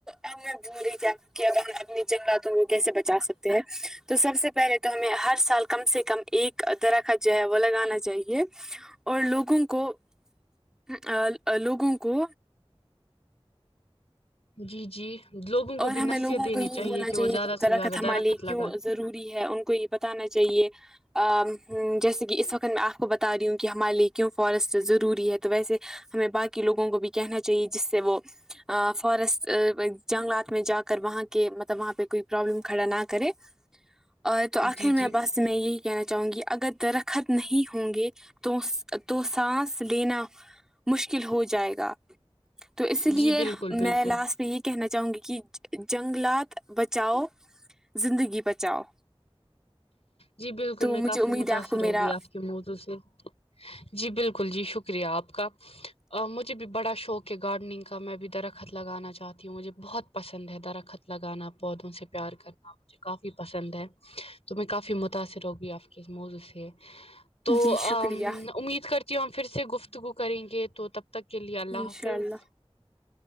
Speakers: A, in the centre; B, on the left.
A: اب میں بولیں کیا کہ اب اپنی جنگلاتوں کو کیسے بچا سکتے ہیں تو سب سے پہلے تو ہمیں ہر سال کم سے کم ایک درخت جو ہے وہ لگانا چاہیے اور لوگوں کو ہ ا لوگوں کو
B: جی جی لوگوں کو
A: اور ہمیں
B: بھی نصیحت
A: لوگوں
B: دینی
A: کو یہ بولنا چاہیے
B: وہ زیادہ
A: کہ درخت
B: سے زیادہ
A: ہمارے
B: لگائیں
A: کیوں ضروری ہے ان کو یہ بتانا چاہیے آ ہ ام جیسے کہ اس وقت میں آپ کو بتا رہی ہوں کہ ہمارے لیے کیوں فورسٹ ضروری ہے تو ویسے ہمیں باقی لوگوں کو بھی کہنا چاہیے جس سے وہ اہ فورسٹ ای جنگلات میں جا کر وہاں کے مطلب وہاں پہ کوئی پرابلم کھڑا نہ کرے اور تو آخر
B: جی
A: میں
B: جی
A: بس میں یہی کہنا چاہوں گی اگر درخت نہیں ہوں گے تو تو سانس لینا مشکل ہو جائے گا تو اسی لیے
B: جی بالکل بالکل
A: میں لاسٹ پہ یہ کہنا چاہوں گی کہ جہ جنگلات بچاؤ زندگی بچاؤ
B: جی بالکل
A: تو
B: میں کافی
A: مجھے امید
B: متاثر
A: ہے آپ کو میرا
B: ہو گئی آپ کے موضوع سے جی بالکل جی شکریہ آپ کا مجھے بھی بڑا شوق ہے گارڈننگ کا میں بھی درخت لگانا چاہتی ہوں مجھے بہت پسند ہے درخت لگانا پودوں سے پیار کرنا مجھے کافی پسند ہے تو میں کافی متاثر ہوگی آپ کے اس موضوع سے تو
A: جی شکریہ
B: امید کرتی ہوں پھر سے گفتگو کریں گے تو تب تک کے لیے اللہ
A: انشاء
B: حافظ
A: اللہ